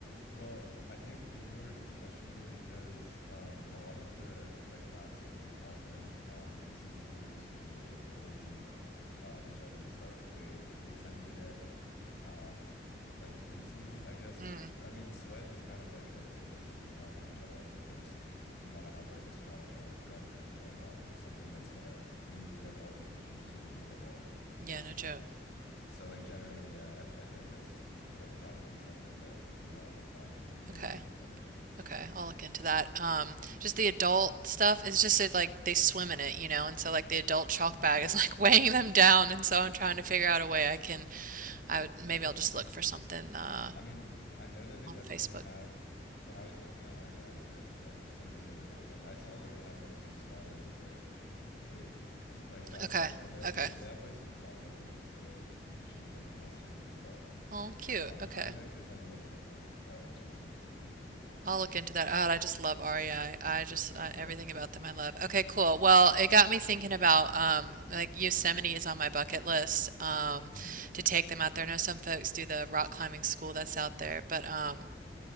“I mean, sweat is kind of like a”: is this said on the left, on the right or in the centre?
Left